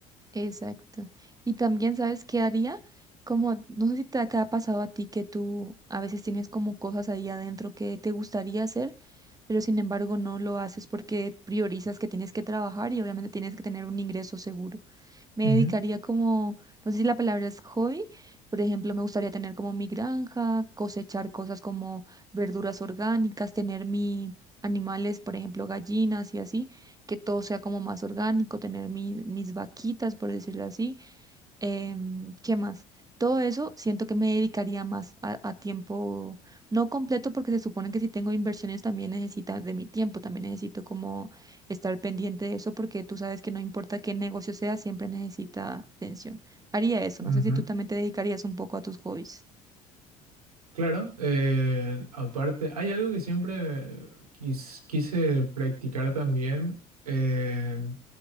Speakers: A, on the right; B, on the right.
A: Exacto. Y también, ¿sabes qué haría? Como, no sé si te, te ha pasado a ti que tú a veces tienes como cosas ahí adentro que te gustaría hacer, pero sin embargo no lo haces porque priorizas que tienes que trabajar y obviamente tienes que tener un ingreso seguro me
B: Ujú,
A: dedicaría como, no sé si la palabra es hobby, por ejemplo, me gustaría tener como mi granja, cosechar cosas como verduras orgánicas, tener mi animales, por ejemplo, gallinas y así, que todo sea como más orgánico, tener mi- mis vaquitas, por decirlo así, em, ¿qué más? Todo eso siento que me dedicaría más a, a tiempo, no completo, porque se supone que si tengo inversiones también necesitas de mi tiempo, también necesito como estar pendiente de eso, porque tú sabes que no importa qué negocio sea, siempre necesita atención. Haría eso,
B: ujú,
A: no sé
B: ajá.
A: si tú también te dedicarías un poco a tus hobbies.
B: Claro, eh, aparte, hay algo que siempre quis- quise practicar también. eh,